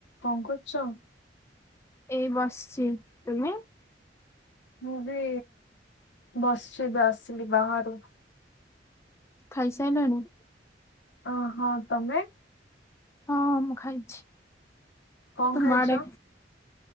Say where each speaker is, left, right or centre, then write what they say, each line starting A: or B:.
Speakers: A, on the left (about 80°); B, on the left (about 15°).
A: କଣ କରୁଛ?
B: ଏଇ ବସିଛି, ତୁମେ?
A: ମୁଁ ବି ବସିଛି, ଏବେ ଆସିଲି ବାହାରୁ
B: ଖାଇସାଇଲଣି?
A: ଅ ହଁ ତମେ?
B: ହଁ ମୁଁ ଖାଇଛି,
A: କଣ
B: ତୁମ
A: ଖାଇଛ?
B: ଆଡେ